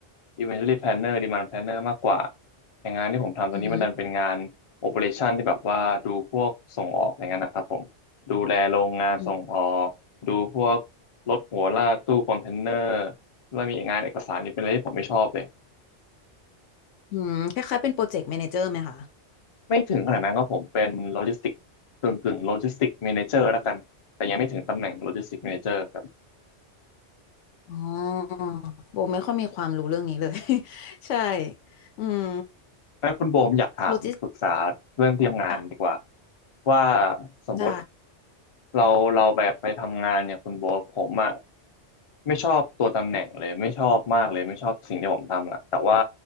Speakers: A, on the left; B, on the left.
A: inventory planner demand planner มากกว่าอย่างงานที่ผมทำตอนนี้มันดันเป็นงาน
B: อืมอ
A: operation ที่แบบว่าดูพวกส่งออกอย่างนั้นนะครับผมดูแลโรงงานส่งออกดูพวก
B: ืม
A: รถหัวลากตู้คอนเทนเนอร์แล้วมีงานเอกสารนี่เป็นอะไรที่ผมไม่ชอบเลย
B: อืมคล้ายๆเป็นโปรเจกต์แมเนเจอร์ไหมคะ
A: ไม่ถึงขนาดนั้นก็ผมเป็นโลจิสติกกึ่งกึ่งโลจิสติกแมเนเจอร์แล้วกันแต่ยังไม่ถึงตำแหน่งโลจิสติกแมเนเจอร์ครับ
B: อ๋อโบไม่ค่อยมีความรู้เรื่องนี้เลย <laughs> ใช่อืม
A: งั้นคุณโบผมอยากถามปรึกษาเรื่องที่ทำงานดีกว่า
B: โลจิสติกส์ค่ะ
A: ว่าสมมติ
B: ได้
A: เราเราแบบไปทำงานเนี่ยคุณโบผมอะไม่ชอบตัวตำแหน่งเลยไม่ชอบมากเลยไม่ชอบสิ่งที่ผมทำอะแต่ว่า